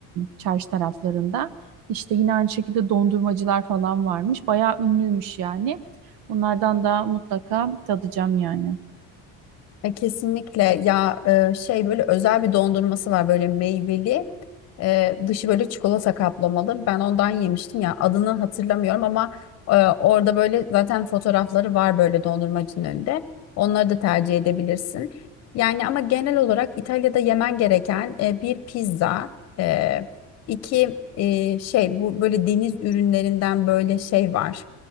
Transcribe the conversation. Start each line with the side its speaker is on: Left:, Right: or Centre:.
Right: çarşı taraflarında. İşte yine aynı şekilde dondurmacılar falan varmış. Bayağı ünlüymüş yani. Onlardan da mutlaka tadacağım yani.
Left: E, kesinlikle ya e, şey böyle özel bir dondurması var böyle meyveli E, dışı böyle çikolata kaplamalı ben ondan yemiştim ya adını hatırlamıyorum ama e, orada böyle zaten fotoğrafları var böyle dondurmacının önünde onları da tercih edebilirsin yani ama genel olarak İtalya'da yemen gereken e, bir pizza e, iki e, şey bu böyle deniz ürünlerinden böyle şey var